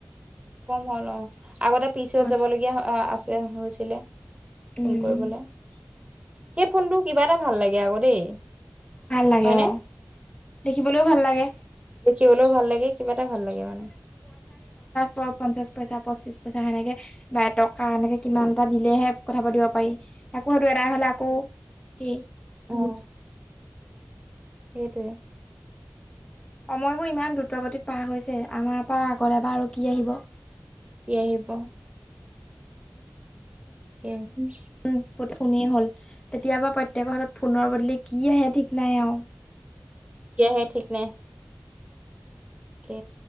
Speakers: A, on the right; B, on the left.
A: কম হ'ল অ' আগতে পি চি
B: হয়
A: অত যাবলগীয়া <unintelligible> আছে হৈছিলে। ফোন
B: উম
A: কৰিবলে। সেই ফোনটো কিবা এটা ভাল লাগে আকৌ দেই।
B: ভাল লাগে
A: হয়নে
B: অ' দেখিবলৈও ভাল লাগে।
A: দেখিবলেও ভাল লাগে কিবা এটা ভাল লাগে মানে
B: কৰ পঞ্চাশ পইচা, পঁচিছ পইচা সেনেকে বাই এটকা এনেকে কিমান টা দিলেহে কথা পাতিব পাৰি। তাকৌ সেইটো এদায় আকৌ সেই
A: উম সেইটোৱেই।
B: সময়বোৰ ইমান দ্ৰুত গতিত পাৰ হৈছে, আমাৰ পৰা আগৰলে বা আৰু কি আহিব।
A: কি আহিব, <unintelligible>
B: উম ফোননে হ'ল তেতিয়াবা প্ৰত্যয়েকৰ হাতত ফোনৰ বদলি কি আহে ঠিক নাই আও
A: কি আহে ঠিক নাই তাকে